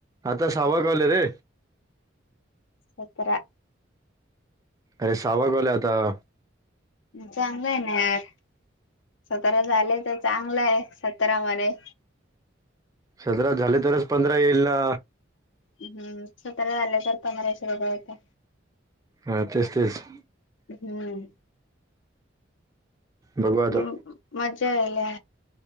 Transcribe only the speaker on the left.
सतरा
चांगलं आहे ना यार सतरा झाले तर चांगलंय सतरा मध्ये
हम्म सत झाल्या कर प मराशता
हम्म
हम् म ल